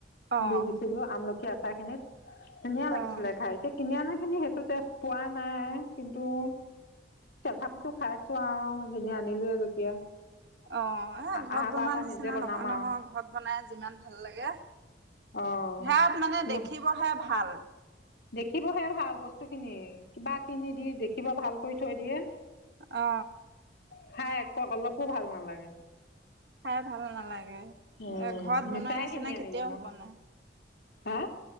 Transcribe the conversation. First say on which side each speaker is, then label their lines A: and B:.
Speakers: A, on the right; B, on the left.
A: অঁ
B: দি দিছিলো আমলখি আচাৰখিনিত ধুনীয়া লাগিছিলে
A: অঁ
B: খাই এতিয়া কিনি আনাখিনি সেইটো টেষ্ট পোৱা নাই কিন্তু তথাপিতো খাই আছো আৰু কিনি আনিলোয়ে যেতিয়া।
A: অ, এই ঘৰত
B: আহা
A: বনোৱা
B: বাৰ পৰা
A: নিচিনা
B: নিজে বনাম
A: নহয়
B: আৰু
A: নহয় ঘৰত বনাই যিমান ভাল লাগে।
B: অ
A: সেয়াত মানে দেখিবহে ভাল।
B: দেখিবহে ভাল বস্তুখিনি, কিবা কিনি দি দেখিব ভাল কৰি থৈ দিয়ে।
A: অ।
B: খাই একো অলপো ভাল নালাগে।
A: খাই ভাল নালাগে।
B: উম
A: এ ঘৰত
B: মিছাই
A: বনোৱা নিচিনা
B: কিনি আনিলো
A: কেতিয়াও
B: মই,
A: হ'ব নোৱাৰে
B: হা?